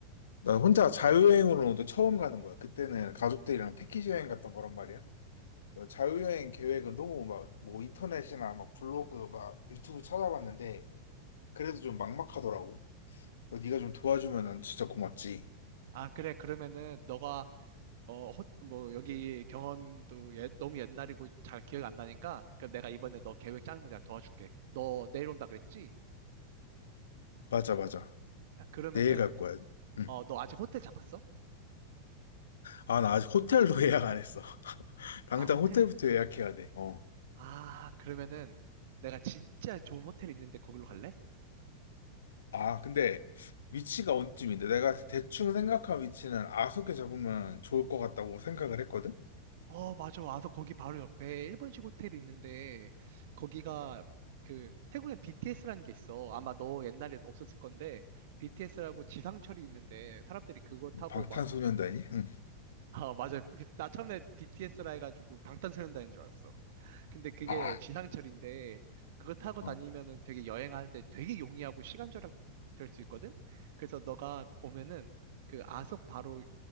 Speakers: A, on the left (about 65°); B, on the right (about 50°).
A: 난 혼자 자유여행으로도 처음 가는 거야. 그때는 가족들이랑 패키지 여행 갔던 거란 말이야. 그래서 자유여행 계획은 너무 막 뭐 인터넷이나 막 블로그 막 유튜브 찾아봤는데 그래도 좀 막막하더라고. 그래서 네가 좀 도와주면 난 진짜 고맙지.
B: 아, 그래. 그러면은 너가 어, 헛- 뭐, 여기 경험도 옛- 너무 옛날이고 잘 기억이 안 나니까, 그럼 내가 이번에 너 계획 짜는 거 내가 도와줄게. 너 내일 온다 그랬지?
A: 맞아, 맞아.
B: 아, 그러면은,
A: 내일 갈 거야. 응.
B: 어, 너 아직 호텔 잡았어?
A: 아, 나 아직 호텔도 <laughs> 예약 안 했어. <laughs> 당장
B: 아, 호텔.
A: 호텔부터 예약해야 돼. 어.
B: 아, 그러면은 내가 진짜 좋은 호텔 있는데 거기로 갈래?
A: 아, 근데 위치가 어디쯤인데 내가 대충 생각한 위치는 아속에 잡으면 좋을 것 같다고 생각을 했거든?
B: 어, 맞아. 와서 거기 바로 옆에 일본식 호텔이 있는데, 거기가 그, 태국엔 BTS라는 게 있어. 아마 너 옛날에 없었을 건데, BTS라고 지상철이 있는데, 사람들이 그거 타고
A: 방탄소년단이?
B: 막
A: 응.
B: 아, 맞아요. 그- 나 처음에 BTS라 해가지고 방탄소년단인 줄 알았어. 근데 그게
A: 아,
B: 지상철인데, 그거 타고 다니면은
A: 어,
B: 되게 여행할 때 되게 용이하고 시간 절약 될 수 있거든? 그래서 너가 오면은 그 아속 바로